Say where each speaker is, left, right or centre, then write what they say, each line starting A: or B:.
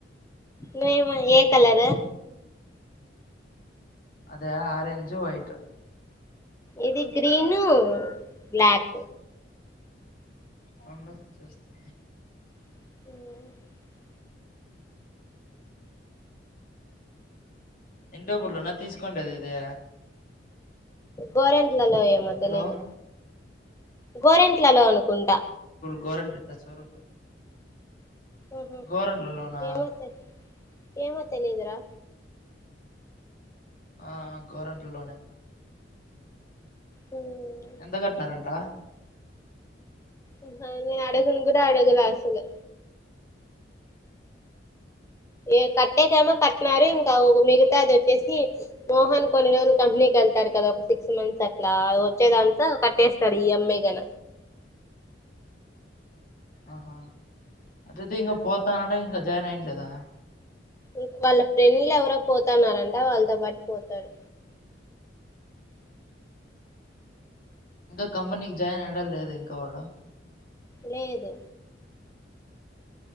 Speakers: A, on the left (about 15°); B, on the left (about 50°).
A: నే మా ఏ కలర్ రు
B: ఆదా ఆరెంజ్ వైట్
A: ఇది గ్రీను బ్లాక్
B: రెండు చూస్తా
A: <inaudible>
B: ఇంటోపుుర్లోనా తీసుకోండది ఇదే
A: గొరన్ లేలో ఏమో
B: హలో
A: తెలియదు గోరెంట్లలో అనుకుంటా
B: గోరంట్ల టచ్వరు
A: మ్మ్
B: గోరంట్లలోనా
A: ఏమో తె ఏమో తెలియదురా
B: ఆ ఆ గోరంట్ల లోనే
A: మ్మ్
B: ఎంత కట్టినారంట
A: అహ నేను ఆడగునకూడా ఆడగలే అస్సులు ఏ కట్టే కేమోకట్ట న్నారు ఇంకా మిగతా అది వచ్చేసి మోహన్ కొన్ని రోజులు కంపెనీకి వెళ్తారు కదా ఒక సిక్స్ మంత్స్ అట్లా వచ్చేదాంతా కట్టేస్తాడు ఈ యం. ఐ గన
B: ఆహా అట్లయితే ఇంకా పోతానాడఇంకా జాయిన్ అయ్యిండ్లే దా
A: ఇం వాళ్ళ ఫ్రెండ్లు ఎవరో పోతున్నారంట వాళ్ళతో పాటు పోతారు
B: ఇంకా కంపెనీకి జాయిన్ అయినాడలేద ఇంకా వాడు
A: లేదు